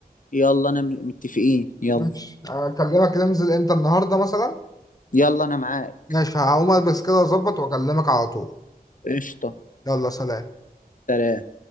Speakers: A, on the left; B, on the left.
A: يلا انا م- متفقين يلا
B: ماشي اكلمك ننزل امتى النهارده مثلا
A: يلا انا معاك
B: ماشي هقوم البس كده واظبط واكلمك على طول
A: قشطه
B: يلا سلام
A: سلام